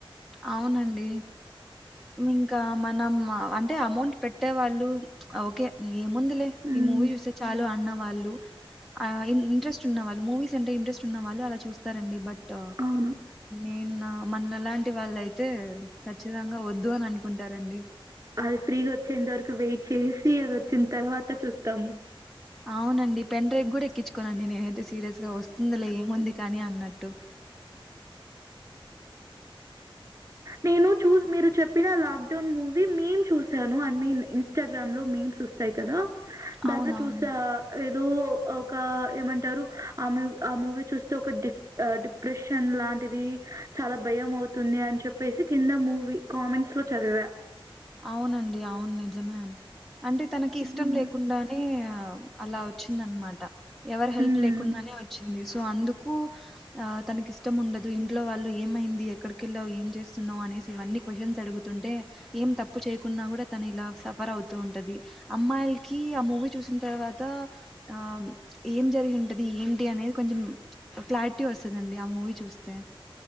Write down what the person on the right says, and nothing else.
హ్మ్.
అవును.
అది ఫ్రీ‌గా వచ్చేంత వరకు వెయిట్ చేసి అది వచ్చిన తర్వాత్ త చూస్తాము
నేను చూ మీరు చెప్పిన లాక్డౌన్ మూవీ మీం చూసాను అండ్ మీమ్ ఇన్స్టాగ్రామ్ లో మీమ్స్ వొస్తాయి కదా దాంట్లో
చూసా ఏ దో ఒక ఏమంటారు ఆ మ ఆ మూవీ చూస్తే ఒక డిస్ డిప్రెషన్ లాంటిది చాలా భయం అవుతుంది అని చెప్పేసి కింద మూవీ కామెంట్స్ లో చదివా
హ్మ్
హ్మ్